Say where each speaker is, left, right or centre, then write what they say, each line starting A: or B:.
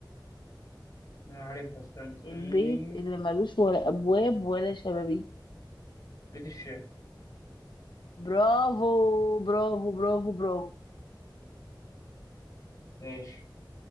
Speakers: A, on the left; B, on the left.
A: انا عارفها استنى استني
B: البيت اللي ملوش ولا ابواب ولا شبابيك
A: بيت الشعر
B: برافو برافو برافو برافو
A: ماشي